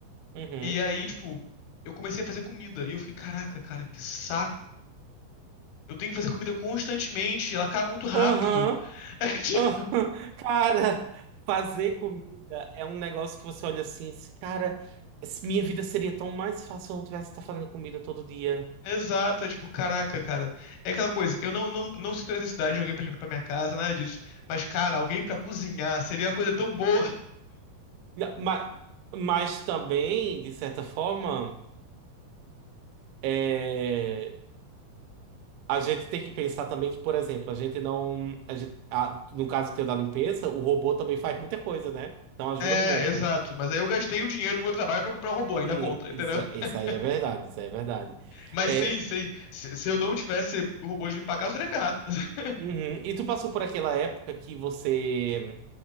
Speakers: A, on the right; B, on the left.
A: Uhum.
B: E aí, tipo, eu comecei a fazer comida. E eu fiquei, caraca, cara, que saco. Eu tenho que fazer comida constantemente, ela acaba muito rápido.
A: Aham.
B: <laughs> É, tipo,
A: aham. <laughs> Cara, fazer comida é um negócio que você olha assim, esse cara, esse- minha vida seria tão mais fácil se eu não tivesse que estar fazendo comida todo dia.
B: Exato, é tipo, caraca, cara. É aquela coisa, eu não, não, não sinto necessidade de alguém pra limpar pra minha casa, nada disso. Mas, cara, alguém pra cozinhar seria uma coisa tão boa. <laughs>
A: Mas, mas também, de certa forma, é, A gente tem que pensar também que, por exemplo, a gente não. A gente, a- no caso teu da limpeza, o robô também faz muita coisa, né? Então ajuda
B: É,
A: muito.
B: exato. Mas aí eu gastei o dinheiro do meu trabalho pra comprar um robô,
A: Sim,
B: ainda conta, entendeu?
A: isso, isso
B: <laughs>
A: aí é verdade, isso aí é verdade.
B: Mas
A: É,
B: sim, sim. Se, se eu não tivesse o robô de limpar a casa, eu estaria ferrado. <laughs>
A: uhum. E tu passou por aquela época que você